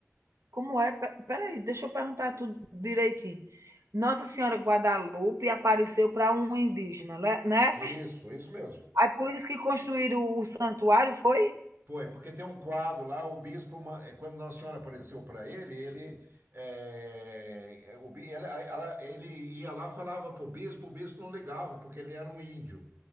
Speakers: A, on the right; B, on the right.
A: Como é? Pe- Peraí, deixa eu perguntar tudo direitinho. Nossa Senhora Guadalupe apareceu para um indígena, né? né?
B: Isso, isso mesmo.
A: Aí por isso que construíram o santuário, foi?
B: Foi, porque tem um quadro lá, o bispo, ma- é, quando Nossa Senhora apareceu para ele, ele, é, o, bi- ela- ela- ele ia lá, falava para o bispo, o bispo não ligava, porque ele era um índio.